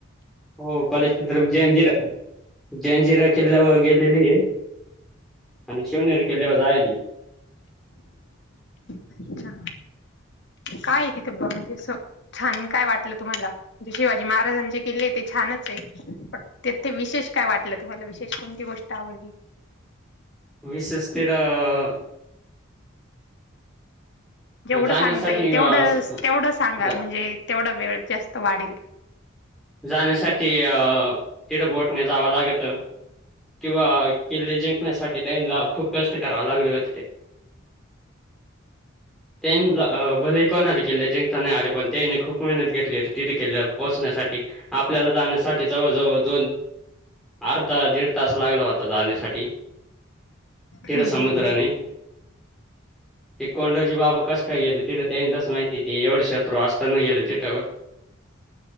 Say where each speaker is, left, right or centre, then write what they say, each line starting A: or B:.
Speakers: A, in the centre; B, on the left.
A: हो कॉलेची ट्रिप जंजिरा जंजिरा किल्यावर गेलेलीए आण शिवनेरी किल्ल्यावर जायली
B: अच्छा काए तित पण अस छान काय वाटलं तुम्हाला शिवाजी महाराजांचे किल्ले ते छानचए पण तेथे विशेष काय वाटलं तुमाला विशेष कोणती गोष्ट आवडली
A: विशेष तेराआ
B: जेवड
A: जाण्यासाठी
B: सांगता येईल तेवडस
A: अ स
B: तेवड सांगा
A: जा
B: म्हणजे तेवडा वेळ जास्त वाडेल
A: जाण्यासाटी तिड बोटने जावं लागतं किंवा किल्ले जिंकण्यासाठी त्यांनला खूप कष्ट कराव लागले होते ते
B: <unintelligible>
A: त्यांन बअ भलेही कोणाले केल्ले जेंकता नाई आले पण त्यांइने खूप मेहनत घेतली होती तिथे केल्ल्यावर पोचण्यासाठी आपल्याला जाण्यासाठी जवळ, जवळ दोन अर्धा, दीड तास लागला होता जाण्यासाठी तेिड
B: हम्म
A: समुद्राने
B: हम्म
A: ते कोंडाजी बाबा कस का गेले तिट ते लस माहिती एवढे शत्रू असताना गेले तिट वर...